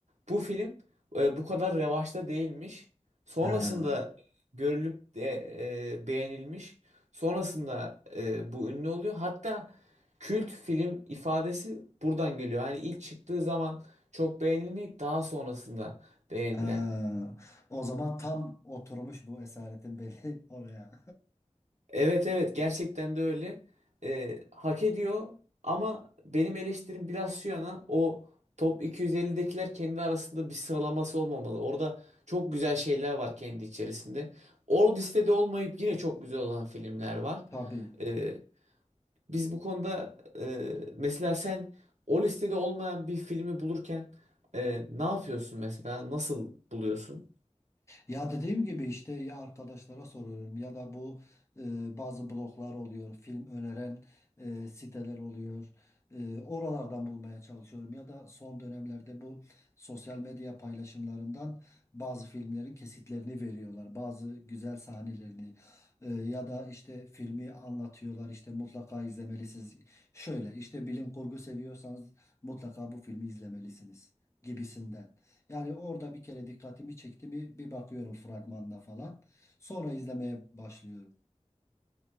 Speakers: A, on the right (about 80°); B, on the left (about 25°).
A: bu film e, bu kadar revaçta değilmiş. Sonrasında
B: Ee,
A: görülüp de e, beğenilmiş. Sonrasında e, bu ünlü oluyor. Hatta kült film ifadesi buradan geliyor. Hani ilk çıktığı zaman çok beğenilmeyip daha sonrasında beğenilen.
B: ee, o zaman tam oturmuş bu esaretin belli <laughs> oraya.
A: Evet evet gerçekten de öyle. Ee, hak ediyor ama benim eleştirim biraz şu yana o top 250'dekiler kendi arasında bir sıralaması olmamalı. Orada çok güzel şeyler var kendi içerisinde. O listede olmayıp yine çok güzel olan filmler var.
B: <laughs> Tabii.
A: Ee, biz bu konuda e, mesela sen o listede olmayan bir filmi bulurken e, ne yapıyorsun mesela? Nasıl buluyorsun?
B: Ya dediğim gibi işte ya arkadaşlara soruyorum ya da bu e, bazı bloglar oluyor, film öneren e, siteler oluyor. E, oralardan bulmaya çalışıyorum ya da son dönemlerde bu sosyal medya paylaşımlarından bazı filmlerin kesitlerini veriyorlar, bazı güzel sahnelerini E, ya da işte filmi anlatıyorlar işte mutlaka izlemelisiniz. Şöyle işte bilim kurgu seviyorsanız mutlaka bu filmi izlemelisiniz gibisinden. Yani orada bir kere dikkatimi çekti mi bir bakıyorum fragmanına falan. Sonra izlemeye başlıyorum.